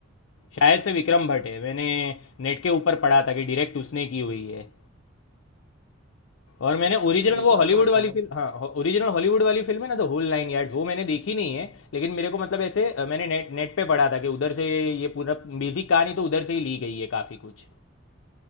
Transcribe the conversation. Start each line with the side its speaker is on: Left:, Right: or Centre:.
Left: शायद से विक्रम भट्ट है मैंने नेट के ऊपर पढ़ा था कि डायरेक्ट उसने की हुई है और मैंने ओरिजिनल
Right: विक्रम
Left: वो हॉलीवुड
Right: भट्ट
Left: वाली
Right: हाँ
Left: फिल्म हाँ ओरिजिनल हॉलीवुड वाली फिल्म है ना द होल नाइन यार्ड्स वो मैंने देखी नहीं है लेकिन मेरे को मतलब ऐसे अ, मैंने नेट नेट पे पढ़ा था कि उधर से ये पूरा बेसिक कहानी तो उधर से ही ली गई है काफ़ी कुछ